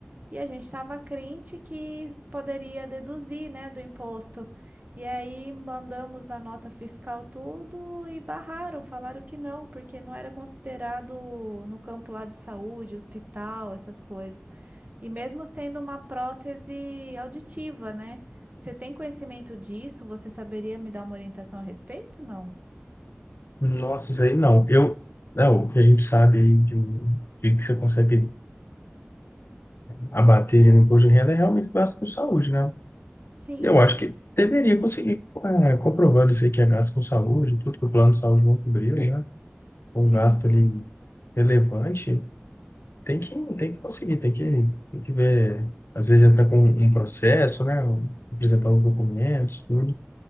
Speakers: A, on the right; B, on the left.
A: E a gente estava crente que poderia deduzir, né, do imposto. E aí mandamos a nota fiscal tudo e barraram, falaram que não, porque não era considerado no campo lá de saúde, hospital, essas coisas. E mesmo sendo uma prótese auditiva, né? Você tem conhecimento disso? Você saberia me dar uma orientação a respeito? Não?
B: Nossa, isso aí não. Eu, é, o que a gente sabe aí de, um- de que você consegue abater no imposto de renda é realmente gasto com saúde, né?
A: Sim,
B: Eu acho que deveria conseguir, é, comprovando isso aí que é gasto com saúde, tudo que o plano de saúde não cobriu, Sim. né? Um
A: sim.
B: gasto ali relevante, tem que, tem que conseguir, tem que, tem que ver. Às vezes entra com um processo, né? Apresentar os documentos, tudo.